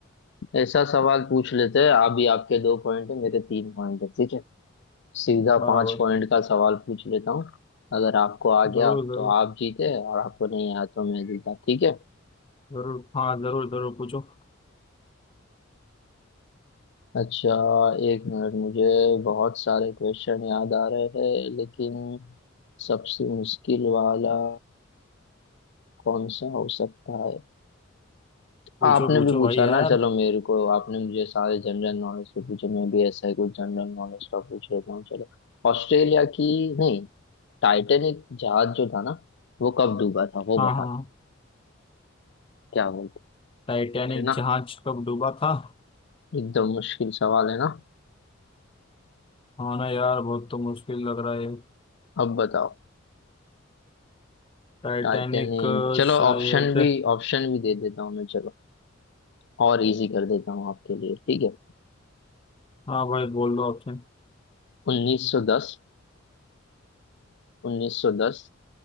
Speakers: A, on the left; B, on the left.
A: ऐसा सवाल पूछ लेते हैं अभी आपके दो पॉइंट है मेरे तीन पॉइंट है ठीक है सीधा
B: बराबर
A: पांच पॉइंट का सवाल पूछ लेता हूँ अगर आपको आ
B: जरूर
A: गया
B: जरूर
A: तो आप जीते और आपको नहीं आया तो मैं जीता ठीक है
B: जरूर हाँ जरूर जरूर पूछो
A: अच्छा एक मिनट मुझे बहुत सारे क्वेश्चन याद आ रहे हैं लेकिन सबसे मुश्किल वाला कौन सा हो सकता है
B: पूछो
A: आपने
B: पूछो
A: भी पूछा
B: भाई यार
A: ना चलो मेरे को आपने मुझे सारे जनरल नॉलेज के पूछे मैं भी ऐसा ही कुछ जनरल नॉलेज का पूछ लेता हूँ चलो ऑस्ट्रेलिया की नहीं टाइटैनिक जहाज जो था ना वो कब डूबा था वो
B: हाँ
A: बता
B: हाँ
A: दो क्या बोलते
B: टाइटैनिक
A: है ना
B: जहाज कब डूबा था
A: एकदम मुश्किल सवाल है ना
B: हाँ ना यार बहुत तो मुश्किल लग रहा है
A: अब बताओ
B: टाइटैनिक
A: टाइटैनिक
B: अ,
A: चलो
B: शायद
A: ऑप्शन भी ऑप्शन भी दे देता हूँ मैं चलो और इजी कर देता हूँ आपके लिए ठीक है
B: हाँ भाई बोल दो ऑप्शन
A: 1910 1910